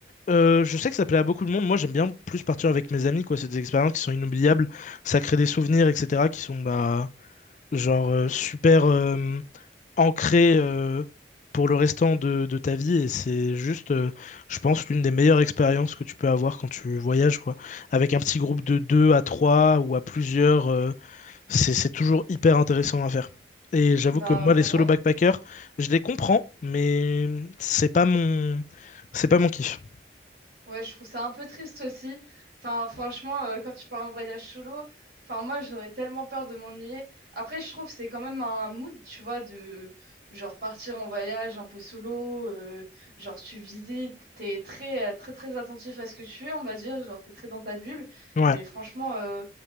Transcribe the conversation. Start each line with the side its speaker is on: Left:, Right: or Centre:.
Left: Euh, je sais que ça plaît à beaucoup de monde. Moi, j'aime bien plus partir avec mes amis, quoi. C'est des expériences qui sont inoubliables. Ça crée des souvenirs, etc., qui sont, bah, genre, euh, super euh, ancrés euh, pour le restant de, de ta vie. Et c'est juste, euh, je pense, l'une des meilleures expériences que tu peux avoir quand tu voyages, quoi. Avec un petit groupe de deux à trois ou à plusieurs. euh, c'est c'est toujours hyper intéressant à faire. Et j'avoue
Right: Bah
Left: que moi, les solo
Right: ouais.
Left: backpackers, je les comprends, mais c'est pas mon, c'est pas mon kiff.
Right: Ouais, je trouve ça un peu triste aussi. Enfin, franchement, euh, quand tu pars en voyage solo, enfin, moi, j'aurais tellement peur de m'ennuyer. Après, je trouve que c'est quand même un mood, tu vois, de genre partir en voyage un peu solo. euh, genre, tu visites, t'es très, euh, très, très attentif à ce que tu es, on va dire. Genre, t'es très dans ta bulle.
Left: Ouais,
Right: Mais franchement, euh,